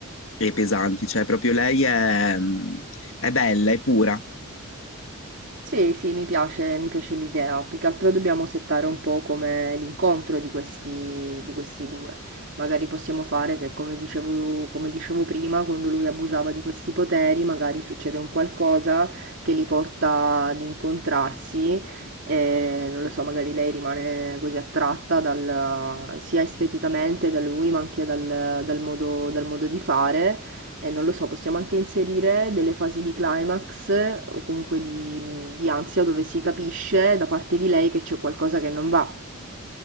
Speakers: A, on the left; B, on the right.
A: e pesanti, cioè proprio lei è, mh, è bella, è pura.
B: Sì, sì, mi piace, mi piace l'idea. Più che altro dobbiamo settare un po' come l'incontro di questi, di questi due. Magari possiamo fare che, come dicevo, come dicevo prima, quando lui abusava di questi poteri, magari succede un qualcosa che li porta ad incontrarsi e, non lo so, magari lei rimane così attratta dal- sia esteticamente da lui, ma anche dal, dal modo, dal modo di fare eh, non lo so, possiamo anche inserire delle fasi di climax eh, o comunque di, di ansia dove si capisce da parte di lei che c'è qualcosa che non va.